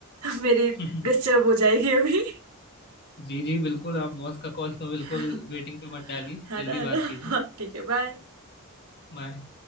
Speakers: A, on the right; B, on the left.
A: <laughs> मेरी
B: <laughs>
A: डिस्टर्ब हो जाएगी अभी
B: जी जी बिल्कुल आप बॉस का कॉल तो बिल्कुल
A: <laughs>
B: वेटिंग पे मत डालिए
A: है
B: जल्दी
A: ना है ना
B: बात
A: <laughs>
B: कीजिए
A: हाँ, ठीक है बाय
B: बाय